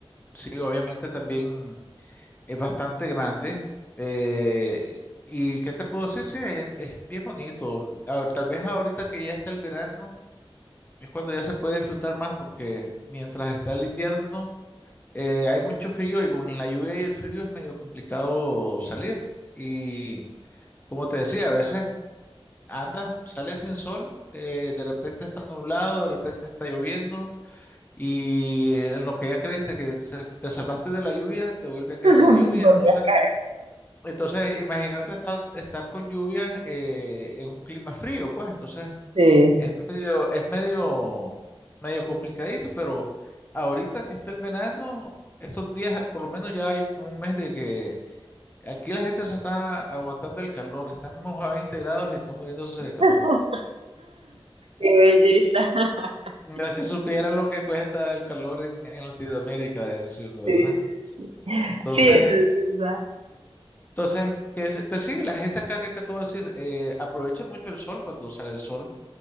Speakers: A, on the left; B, on the right.
A: Sí, obviamente también es bastante grande. eh, ¿y qué te puedo decir? Sí, es, es bien bonito. Ah, tal vez ahorita que ya está el verano, es cuando ya se puede disfrutar más, porque mientras está el invierno, eh, hay mucho frío y con la lluvia y el frío es medio complicado salir. Y como te decía, a veces andas, sales sin sol, eh, de repente está nublado, de repente está lloviendo. Y en lo que ya creíste que se- te salvaste de la lluvia, te vuelve a caer
B: <laughs>
A: la lluvia.
B: Volví
A: Entonces,
B: a caer.
A: entonces imagínate estar, estar con lluvia eh, en un clima frío, pues. Entonces,
B: Sí.
A: es medio, es medio, medio complicadito, pero ahorita que está el verano, estos días, por lo menos ya hay como un mes de que aquí la gente se está aguantando el calor, estamos a 20 grados y están muriéndose de calor.
B: <laughs> Qué belleza. <laughs>
A: No si supieran lo que cuesta el calor en, en Latinoamérica, de ¿verdad?
B: Sí, sí, sí.
A: Entonces,
B: Sí, eso es verdad.
A: Entonces, que, se- pues sí, la gente acá, ¿qué te puedo decir? Eh, aprovecha mucho el sol cuando sale el sol